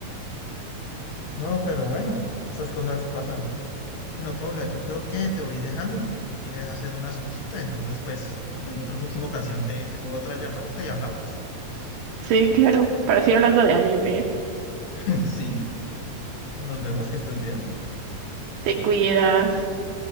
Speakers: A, on the left; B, on the right.
A: No, pero bueno, estas cosas pasan. Bueno, Paula, yo creo que te voy dejando porque tengo que hacer unas cositas. Entonces, pues, en otra próxima ocasión te, te pego otra llamadita y hablamos.
B: Sí, claro. Para seguir hablando de anime,
A: <laughs> Sí, nos vemos, que estés bien.
B: te cuidas.